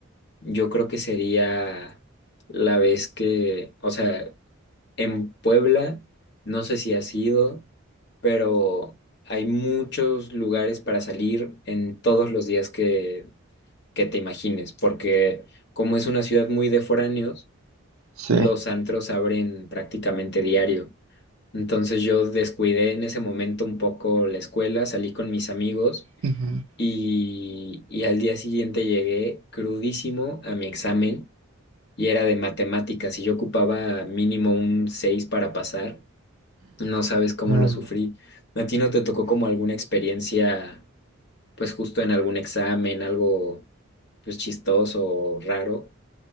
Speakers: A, on the left; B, on the right.
A: yo creo que sería la vez que, o sea, En Puebla, no sé si has ido, pero hay muchos lugares para salir en todos los días que, que te imagines, porque como es una ciudad muy de foráneos,
B: Sí.
A: los antros abren prácticamente diario. Entonces yo descuidé en ese momento un poco la escuela, salí con mis amigos
B: Ujú,
A: y, y al día siguiente llegué crudísimo a mi examen y era de matemáticas y yo ocupaba mínimo un 6 para pasar. No sabes cómo
B: no,
A: lo sufrí.
B: no.
A: ¿A ti no te tocó como alguna experiencia, pues justo en algún examen, algo pues chistoso o raro?